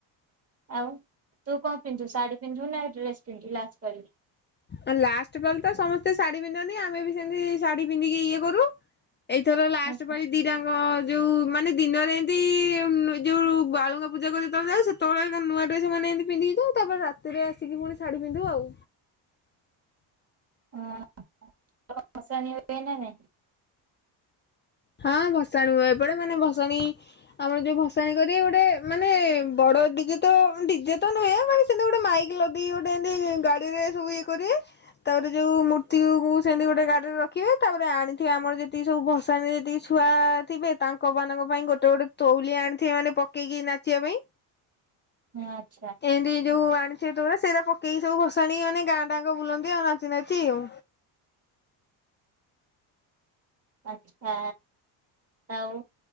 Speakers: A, on the right; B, on the left.
A: ଆଉ ତୁ କଣ ପିନ୍ଧୁ ଶାଢୀ ପିନ୍ଧୁ ନା ଡ୍ରେସ ପିନ୍ଧୁ ଲଷ୍ଟ ପାଳି।
B: ଏ ଲାଷ୍ଟ ପାଳି ବତ ସମସ୍ତେ ଶାଢୀ ପିନ୍ଧନ୍ତି ଆମେ ବି ସେନ୍ତି ଶାଢୀ ପିନ୍ଧିକି ଇଏ କରୁ। ଏଇଥର ଲାଷ୍ଟ
A: ହଁ,
B: ପାଳି ଦିଟାଙ୍କ ଯୋଉ। ମାନେ ଦିନରେ ଏନ୍ତି ଯୋଉ ବାଳୁଙ୍ଗା ପୂଜା କରି ଯେତେବେଳେ ଯାଉ ସେତେବେଳେ ନୂଆ ଡ୍ରେସ ମାନେ ଏନ୍ତି ପିନ୍ଧିକି ଯାଉ ତାପରେ ରାତିରେ ଆସିକି ପୁଣି ଶାଢୀ ପନ୍ଧୁ ଆଉ।
A: ହଁ ତମର ଭଶାଣି ହୁଏ ନା ନାଇଁ।
B: ହଁ ଭଶାଣୀ ହୁଏ ଏପଟେ ମାନେ ଭସାଣି ଆମର ଯୋଉ ଭସାଣି କରୀବେ ଗୋଟେ ମାନେ ବଡ ଡିଜେ ତ ଡିଜେ ତ ନୁହେଁ ମାନେ ସେମିତି ଗୋଟେ ମାଇକ ଲଦିକି ଗୋଟେ ଏମତି ଗାଡିରେ ସବୁ ଇଏ କରି। ତାପରେ ଯୋଉ ମୂର୍ତ୍ତି ଗୁ କୁ ସେମିତି ଗୋଟେ ଗାଡି ର। ଖିବେ ତାପରେ ଆଣିଥିବେ ଆମର ଯେତିକି ସବୁ ଭସାଣି। ଯେତିକି ଛୁଆ ଥିବେ ତାଙ୍କ ମାନଙ୍କ ପାଇଁ ଗୋଟେ ଗୋଟେ ତଉଲିଆ ଆଣିଥିବେ ମାନେ ପକେଇକି ନାଚିବା ପାଇଁ।
A: ଆଚ୍ଛା
B: ଏନ୍ତି ଯୋଉ ଆଣ ସିଏତ ପୁରା ସେଇରା ପକେଇ ସବୁ ଭସାଣି ମାନେ ଗାଁ ଜାଙ୍କ ବୁଲନ୍ତି ଆଉ ନାଚି ନାଚି ଆଉ।
A: ଆଛା ଆଉ